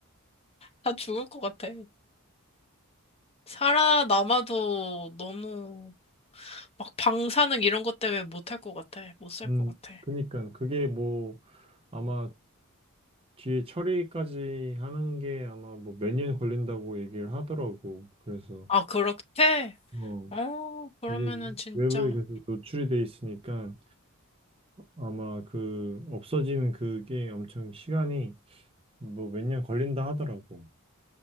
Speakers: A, on the left (about 25°); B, on the right (about 25°).
A: 다 죽을 것 같아 살아남아도 너무 막 방사능 이런 것 때문에 못할 것 같아. 못 살
B: 음,
A: 것 같아.
B: 그니까 그게 뭐 아마 뒤에 처리까지 하는 게 아마 뭐 몇 년 걸린다고 얘기를 하더라고. 그래서
A: 아, 그렇대?
B: 어,
A: 어, 그러면은
B: 그게
A: 진짜.
B: 외부에 계속 노출이 돼 있으니까 아마 그 없어지는 그게 엄청 시간이 뭐 몇 년 걸린다 하더라고.